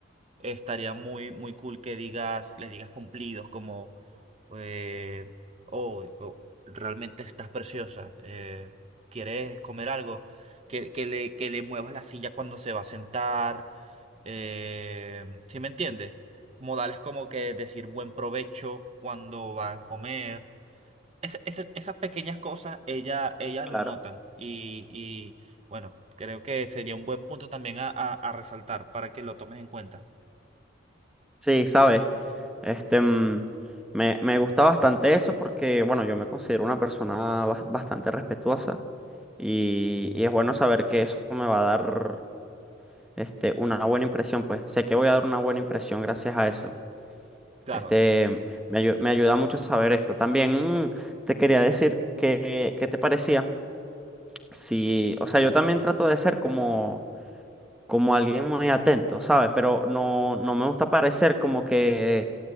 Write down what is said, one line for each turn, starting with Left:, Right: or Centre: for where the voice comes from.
Right: estaría muy, muy cool que digas, le digas cumplidos como, eh, oh, oh, realmente estás preciosa, eh, ¿quieres comer algo? Que, que le, que le muevas la silla cuando se va a sentar. Eh, ¿sí me entiendes? modales como que decir buen provecho cuando va a comer, ese- ese- esas pequeñas cosas ella, ellas
Centre: claro.
Right: lo notan y, y, bueno, creo que sería un buen punto también a, a- a resaltar para que lo tomes en cuenta.
Centre: Sí, sabes, este, mm, me, me gusta bastante eso porque, bueno, yo me considero una persona bas- bastante respetuosa y, y es bueno saber que eso me va a dar este, una buena impresión, pues sé que voy a dar una buena impresión gracias a eso.
Right: Claro,
Centre: Este,
Right: Jesús.
Centre: me ayu- me ayuda mucho saber esto. También mm, te quería decir que, ¿qué te parecía? sí o sea, yo también trato de ser como, como alguien muy atento, ¿sabes? Pero no, no me gusta parecer como que